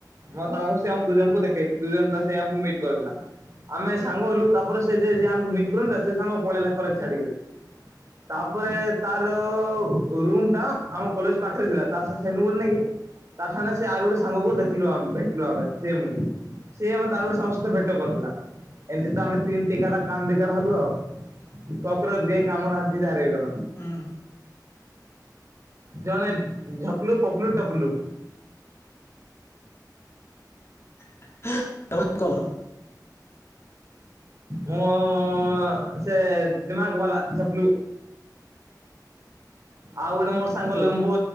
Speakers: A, on the right; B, on the left.
A: ମୋ ସା ଆମ ଦୁ ଜଣଙ୍କୁ ଦେଖେଇ ଦ ଜଣ ସେମକୁ ମିଟ୍ କରିଥିଲା ଆମେ ସାଙ୍ଗ ହେଲୁ ତାପରେ ସେ ଯେ ଯିଏଆମକୁ ମିଟ କରୁନେ ସେ ସାଙ୍ଗ ପଳେଇଲା କଲେଜ ଛାଡିିକରି ତାପରେ ତାର ରୁମ ଟା ଆମ କଲେଜ ପାଖରେ ଥିଲା ତାରସେ ସେଲୁନ୍ ନାଇକି ତା ସାଙ୍ଗେ ଆର ଗୋଟେ ସାଙ୍ଗକୁ ଦେଖିଲୁେ ଆମେ ଭେଟିଲୁ ଆମେ ସେ ମୁଇଁ ସେ ଆଉ ତାର ଗୋଟେ ସାଙ୍ଗ ସହିତ ଭେଟ କରିଥିଲା ଏମିତି ତ ଆମେ ତିନି ଟାଟା କାମ ଦ କାଟା ହେଲୁ ଆଉ କକୋଚାଇକି ଆମରା <inaudible>
B: ହଁ।
A: ଜଣେ ଝପଲୁ ପପଲୁ ଟପଲୁ।
B: <inaudible>
A: ମୁଁ ସେ ଦିମାଗ ବାଲା ଚପଲୁ। ଆଉ ଗୋଟେ ମୋର ସାଙ୍ଗ
B: କଣ
A: ଲମ୍ୱୁ